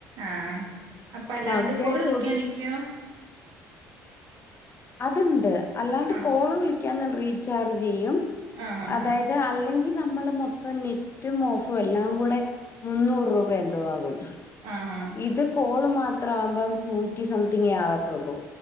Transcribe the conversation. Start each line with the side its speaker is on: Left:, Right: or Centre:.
Right: ആഹ അപ്പൊ അല്ലാണ്ട്
Left: അങ്ങനെ
Right: കോൾ വിളിക്കാനിക്കെയോ
Left: നോക്കിയപ്പോ അതുണ്ട് അല്ലാണ്ട്
Right: ആഹ്
Left: കോള് വിളിക്കാൻ റീചാർജ് ചെയ്യും
Right: ആഹ് ആഹ്
Left: അതായത് അ അല്ലെങ്കിൽ നമ്മള് മൊത്തം നെറ്റും ഓഫറും എല്ലാം കൂടെ മുന്നൂറ് രൂപ എന്തുവാകും
Right: ആഹ ആഹ
Left: ഇത് കോള് മാത്രം ആവുമ്പം നൂറ്റി സംതിങ്ങേ ആകത്തുള്ളൂ